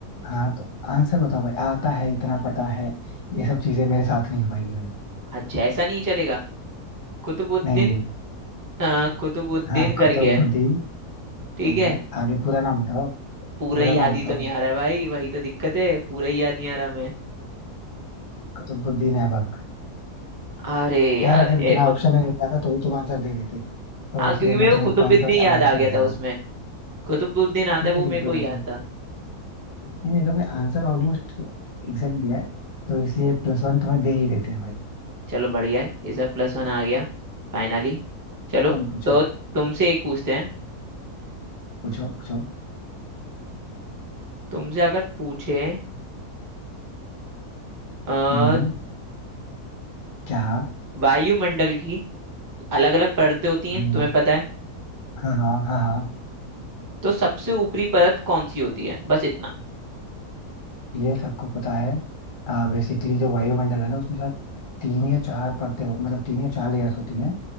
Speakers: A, on the left (about 50°); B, on the right (about 25°).
A: हाँ तो आंसर बताओ भाई आता है इतना पता है ये सब चीजें मेरे साथ नहीं हो पाएंगी भाई
B: अच्छा ऐसा नहीं चलेगा कुतुबुद्दीन
A: नहीं नहीं
B: अ, कुतुबुद्दीन
A: हाँ
B: करके
A: कुतुबुद्दीन
B: है ठीक
A: सही
B: है
A: है आगे पूरा नाम बताओ
B: पूरा
A: पूरा
B: ही याद
A: नाम
B: ही
A: बताओ
B: तो नहीं आ रहा है भाई वही तो दिक्कत है पूरा ही याद नहीं आ रहा हमें
A: कुतुबुद्दीन ऐबक
B: अरे
A: खैर
B: यार
A: अगर इतना
B: ऐबक
A: ऑप्शन में मिल जाता तो भी तुम आंसर दे लेते तो
B: हाँ
A: इसलिए
B: क्योंकि मेरे
A: मैं तुम्हें
B: को कुतुबुद्दीन
A: पॉइंट वन
B: याद
A: अवॉइड
B: आ
A: कर
B: गया
A: दे
B: था
A: रहा
B: उसमें
A: हूँ
B: कुतुबुद्दीन आता
A: ठीक
B: है वो
A: है ठीक
B: मेरे
A: है कोई
B: को
A: बात
B: याद
A: नहीं
B: था
A: नहीं नहीं तुम्हें आंसर ऑलमोस्ट एग्जैक्ट दिया है तो इसलिए प्लस वन तुम्हें दे ही देते हैं भाई
B: चलो बढ़िया है इस बार प्लस वन आ गया फाइनली चलो
A: तुम पूछो
B: तो तुमसे एक पूछते हैं
A: पूछो पूछो
B: तुमसे अगर पूछे अ,
A: हाँ क्या हाँ
B: वायुमंडल की अलग अलग परतें होती
A: हाँ
B: हैं तुम्हें पता है
A: हाँ हाँ हाँ हाँ।
B: तो सबसे ऊपरी परत कौन सी होती है बस इतना
A: ये सबको पता है बेसिकली जो वायुमंडल है ना उसमें शायद तीन या चार परतें हो- मतलब तीन या चार लेयर्स होती हैं